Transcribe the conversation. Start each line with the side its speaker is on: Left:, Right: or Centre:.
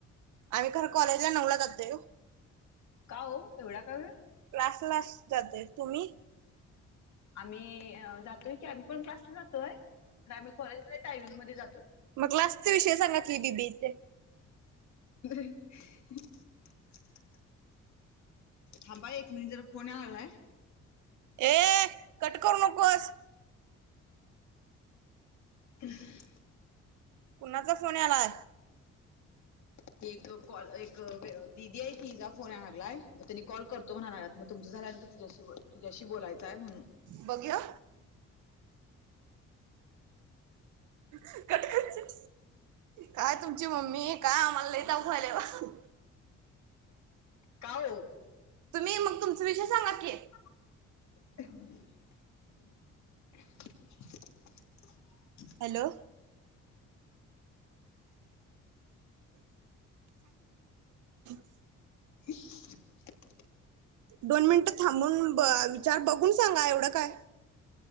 Right: आम्ही खरं कॉलेजला नऊला जातोय ओ.
Left: का ओ एवढा का वेळ?
Right: क्लास लास जाते तुम्ही?
Left: आम्ही जातोय की आम्ही पण क्लासला जातोय खर आम्ही कॉलेजमध्ये टायमिंग मध्ये जातोय.
Right: मग लास्टचे विषय सांगत की बीबीएचे.
Left: <unintelligible> थांबा एक मिनिट जरा फोन याय लागलाय.
Right: ए कट करू नकोस.
Left: हम्.
Right: कुणाचा फोन यालाय?
Left: ती एक कॉल एक दिदी आहे तिचा फोन या लागलाय म तेनी कॉल करतो म्हणा लागल्यात मग तुमचं झाल्यानंतर तिच्याशी तिच्या्याशी बोलायचं आहे म्हणून. <unintelligible>
Right: बघ ह्यो कट कर चल. काय तुमची मम्मी, काय आम्हाला लय ताप व्हायलाय बाबा
Left: का? हो.
Right: तुम्ही मग तुमचा विषय सांगा की.
Left: <inaudible>
Right: हॅलो. <unintelligible>
Left: <inaudible>
Right: दोन मिनिटं थांबून बघ विचार बघून सांगा, एवढं काय.